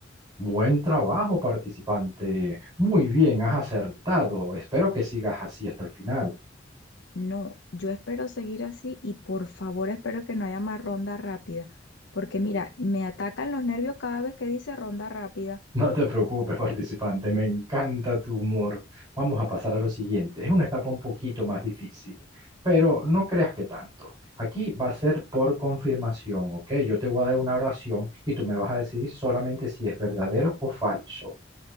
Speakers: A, on the right; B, on the left.
A: Buen trabajo, participante. Muy bien, has acertado. Espero que sigas así hasta el final.
B: No, yo espero seguir así y por favor espero que no haya más ronda rápida, porque mira, me atacan los nervios cada vez que dice ronda rápida.
A: No te preocupes, <laughs> participante, me encanta tu humor. Vamos a pasar a lo siguiente. Es una etapa un poquito más difícil, pero no creas que tanto. Aquí va a ser por confirmación, ¿ok? Yo te voy a dar una oración y tú me vas a decir solamente si es verdadero o falso.